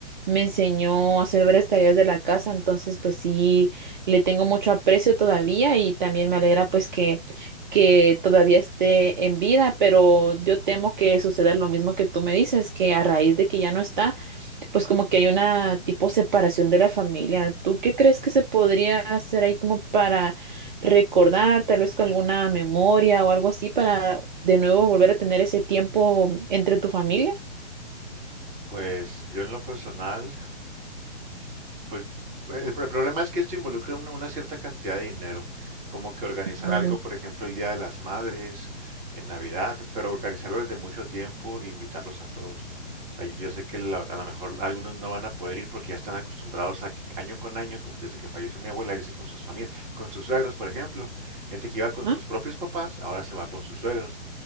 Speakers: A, on the right; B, on the right.
A: me enseñó a hacer varias tareas de la casa, entonces pues sí, le tengo mucho aprecio todavía y también me alegra pues que, que todavía esté en vida, pero yo temo que suceda lo mismo que tú me dices, que a raíz de que ya no está pues como que hay una tipo separación de la familia. ¿Tú qué crees que se podría hacer ahí como para recordar, tal vez con alguna memoria o algo así, para de nuevo volver a tener ese tiempo entre tu familia?
B: Pues yo en lo personal, Pues el, el problema es que esto involucra una, una cierta cantidad de dinero, como que organizar
A: Ujú.
B: algo, por ejemplo, el Día de las Madres, en Navidad, pero organizarlo desde mucho tiempo e invitarlos a todos, ¿no? O sea, yo sé que la- a lo mejor algunos no van a poder ir porque ya están acostumbrados a que año con año, como desde que falleció mi abuela, irse con sus familias, con sus suegros, por ejemplo. Gente que iba con
A: Ajá.
B: sus propios papás, ahora se va con sus suegros.